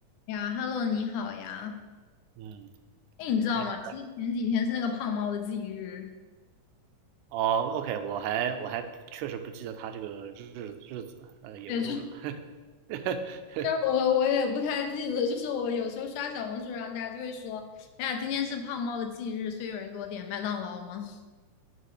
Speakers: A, on the left; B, on the right.
A: 呀，Hello，你好呀。
B: 嗯，
A: 哎，你知道吗？
B: 你好。
A: 其实前几天是那个胖猫的忌日。
B: 哦，OK，我还我还确实不记得他这个日日子，呃，也不重要
A: 对，就 <laughs>
B: <laughs>。
A: 就是我我也不太记得，就是我有时候刷小红书，然后大家就会说，哎呀，今天是胖猫的忌日，所以有人给我点麦当劳吗？<laughs>